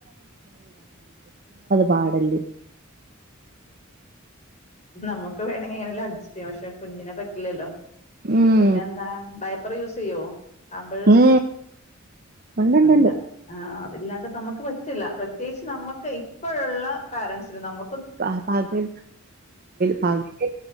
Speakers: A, on the right (about 45°); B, on the left (about 35°).
A: പാടല്ല്
B: നമുക്ക് വേണമെങ്കിൽ ഇങ്ങനെലും അഡ്ജസ്റ്റ് ചെയ്യാ പക്ഷെ കുഞ്ഞിനെ പറ്റില്ലല്ലോ
A: ഉം
B: പിന്നെ എന്താ ഡയപ്പർ യൂസ് ചെയ്യോ? പാമ്പേഴ്സ്
A: ഉം ഉണ്ടുണ്ടുണ്ട്
B: അതില്ല ആ അല്ലാണ്ട് നമക്ക് പറ്റില്ല പ്ര ത്യേകിച്ച് നമ്മക്ക് ഇപ്പോഴുള്ള പേരെന്റ്സ്ന് നമ
A: പക പകൽ പാ പകല്